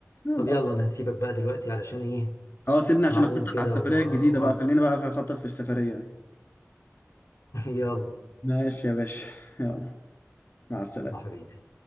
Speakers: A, on the left; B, on the left.
A: يلا
B: طب يلا انا هسيبك بقى دلوقتي علشان ايه
A: اه سيبني عشان
B: هقوم
A: اخطط
B: كده
A: على السفريه
B: و...
A: الجديده
B: وأعمل-
A: بقى خلينا بقى اخطط في السفريه
B: <laughs> يلا
A: ماشي يا باشا يلا مع السلامة
B: يا حبيبي